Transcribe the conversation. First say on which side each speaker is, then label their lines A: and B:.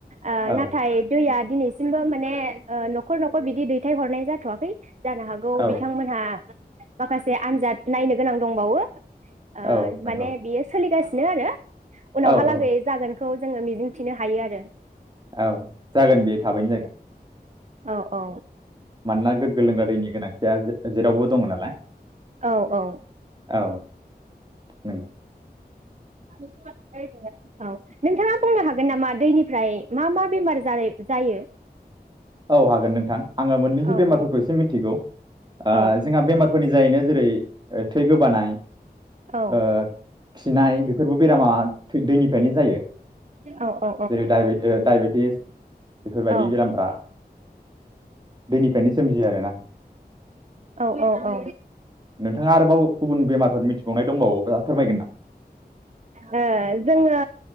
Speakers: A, on the right; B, on the right.
A: आ
B: औ
A: नाथाय दैया दिनैसिमबो माने न'खर न'खर बिदि दैथाय हरनाय जाथ'वाखै जानो हागौ
B: औ
A: बिथांमोनहा माखासे आनजाद नायनो गोनां दंबावो ओ
B: औ नंगौ
A: माने बियो सोलिगासि नो आरो । उनावहालागै
B: औ औ
A: जागोन खौ जोङो मिजिंथिनो हायो आरो ।
B: औ जागोन बे थाबैनो जागोन।
A: औ औ।
B: मानोना गोगो लोंग्रा दैनि गोनांथिया जे-जेरावबो दङ नालाय।
A: औ औ। औ
B: औ नंगौ
A: नोंथाङा बुंनो हागोन नामा दैनिफ्राय मा मा बेमार जायो जायो।
B: औ हागोन नोंथां आङो मोननैसो
A: औ
B: बेमारफोरखौ
A: औ
B: एसे मिथिगौ ओ
A: औ
B: जोंहा बेमारफोरनि जायैनो जेरै थै गोबानाय।
A: औ।
B: ओ खिनाय बेफोरबो बेरामा दैनिफ्रायनो जायो।
A: औ औ
B: जेरै डायबिद ओ डायबिद। <unintelligible> बेफोरबायदि
A: औ
B: बेरामफोरा दैनिफ्रायनो सोमजियो आरो ना। <unintelligible>
A: औ औ औ।
B: थाङा आरोबाव गुबुन बेमारफोर मिथिबावनाय। दंबावो फोरमायगोन
A: ओ जोङो